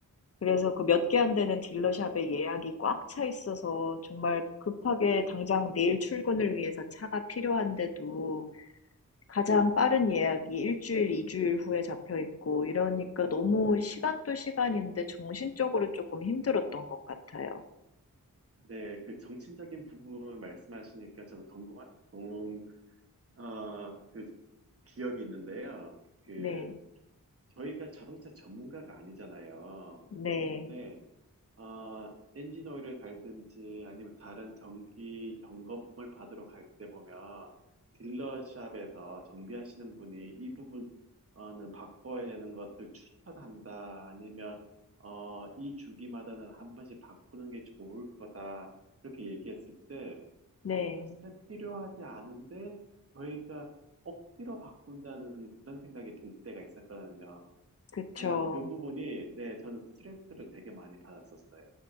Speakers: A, on the left; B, on the right.
A: 그래서 그 몇 개 안 되는 딜러샵에 예약이 꽉 차 있어서 정말 급하게 당장 내일 출근을 위해서 차가 필요한데도 가장 빠른 예약이 일주일, 이주일 후에 잡혀 있고 이러니까 너무 시간도 시간인데 정신적으로 조금 힘들었던 것 같아요.
B: 네, 그 정치적인 부분 말씀하시니까 저도 동공, 동, 어, 그 기억이 있는데요. 그
A: 네,
B: 저희가 자동차 전문가가 아니잖아요.
A: 네,
B: 근데 어 엔진 오일을 갈든지 아니면 다른 정기 점검을 받으러 갈 때 보면 딜러샵에서 정비하시는 분이 이 부분은 바꿔야 되는 것을 추천한다. 아니면 어, 이 주기마다는 한 번씩 바꾸는 게 좋을 거다. 이렇게 얘기했을 때
A: 네,
B: 사실 필요하지 않은데 저희가 억지로 바꾼다는 그런 생각이 들 때가 있었거든요.
A: 그쵸.
B: 그래서 그 부분이 네, 저는 스트레스를 되게 많이 받았었어요.